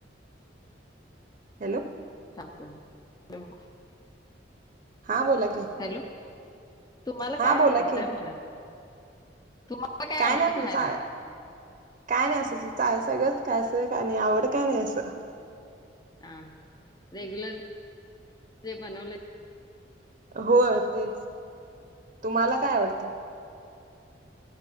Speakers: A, on the right (about 40°); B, on the left (about 20°).
A: हॅलो
B: सांगतो मग ठेव.
A: हां बोला की
B: हॅलो तुम्हाला
A: हा
B: काय
A: बोला
B: आवडतय
A: की
B: म्हंटल तुम्हाला मला काय आवडतं
A: नाही आपलं
B: खायला.
A: चा काय नाही असंच चाल सगळंच काय असं आणि आवड काय नाही असं
B: हा रेगुलर जे बनवलंय
A: होय तेच तुम्हाला काय आवडतं?